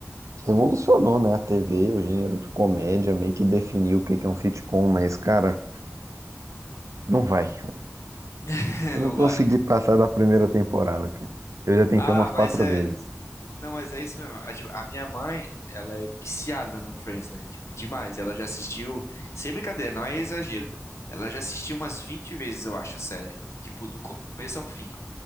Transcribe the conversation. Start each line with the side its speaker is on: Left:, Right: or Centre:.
Right: Revolucionou, né, a TV, o gênero de comédia, meio que definiu o que que é um sitcom, mas, cara, não vai.
Left: <laughs>
Right: Eu não
Left: Não
Right: consegui
Left: vai.
Right: passar da primeira temporada, cara. Eu já tentei
Left: Ah,
Right: umas quatro
Left: mas é.
Right: vezes.
Left: Não, mas é isso mesmo. Ah, tipo, A minha mãe, ela é viciada no Friends, né? Tipo, demais. Ela já assistiu. Sem brincadeira, não é exagero. Ela já assistiu umas 20 vezes, eu acho, a série. Tipo, do começo ao fim.